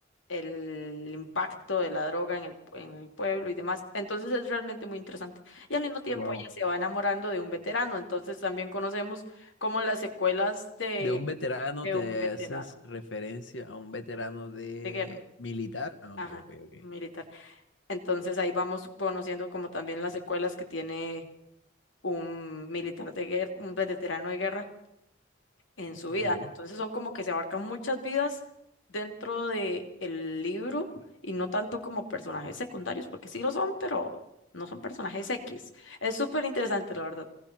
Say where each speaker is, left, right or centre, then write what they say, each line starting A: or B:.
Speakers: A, on the left; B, on the left.
A: el impacto de la droga en el, en el pueblo y demás. Entonces es realmente muy interesante. Y al mismo tiempo
B: Wow.
A: ella se va enamorando de un veterano, entonces también conocemos como las secuelas de,
B: De un veterano
A: de
B: te
A: un veterano
B: haces referencia a un veterano de
A: de guerra,
B: militar. Ah,
A: ajá,
B: ok, ok, ok.
A: un militar. Entonces ahí vamos conociendo como también las secuelas que tiene un militar de guerra, un veterano de guerra. en su
B: Ok.
A: vida. Entonces son como que se abarcan muchas vidas dentro de el libro y no tanto como personajes secundarios, porque sí lo son, pero no son personajes X. Es súper interesante, la verdad.